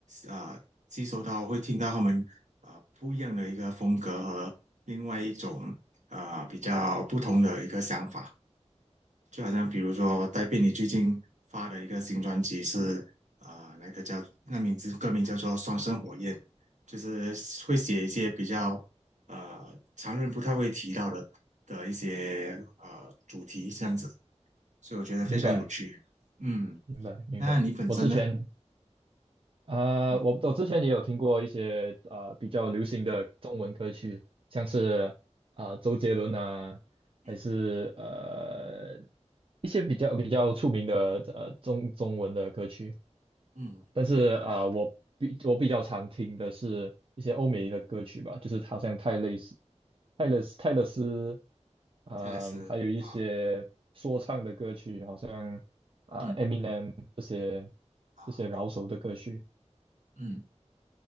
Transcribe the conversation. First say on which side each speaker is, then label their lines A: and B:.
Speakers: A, on the right; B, on the right.
A: 啊、吸收到，会听到他们啊、不一样的一个风格和另外一种啊、比较不同的一个想法。就好像比如说戴佩妮最近发的一个新专辑是啊、呃那个叫那名字歌名叫做《双生火焰》，就是会写一些比较呃常人不太会提到的的一些呃主题这样子，所以我觉得非常有趣。
B: 明白
A: 嗯，
B: 明白明白，
A: 那你本身呢？
B: 我之前。啊、
A: 嗯
B: 我我之前也有听过一些呃比较流行的中文歌曲，像是啊、呃周杰伦啊，
A: 嗯
B: 还是呃一些比较比较出名的呃中中文的歌曲。
A: 嗯，
B: 但是啊、呃我比我比较常听的是一些欧美的歌曲吧，就是好像泰勒斯、泰勒斯、泰勒斯，嗯、
A: 泰勒斯啊，
B: 还有一些说唱的歌曲，好像啊、
A: 嗯
B: 呃 Eminem 这些
A: 啊
B: 这些饶舌的歌曲。
A: 嗯，